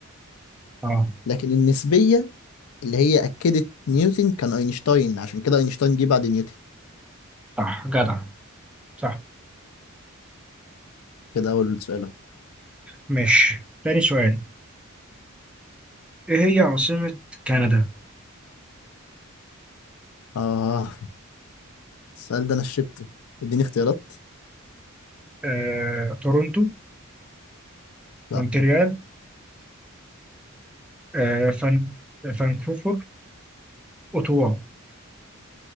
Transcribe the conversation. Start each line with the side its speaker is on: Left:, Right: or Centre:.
Centre: اه
Left: لكن النسبية اللي هي أكدت نيوتن كان أينشتاين عشان كده أينشتاين جه بعد نيوتن
Centre: صح جدع صح
Left: كده أول سؤال أهو.
Centre: ماشي تاني سؤال ايه هي عاصمة كندا
Left: آه السؤال ده انا شربته اديني اختيارات
Centre: آه، تورونتو مونتريال
Left: لا
Centre: آه فان... فانكوفر أوتوا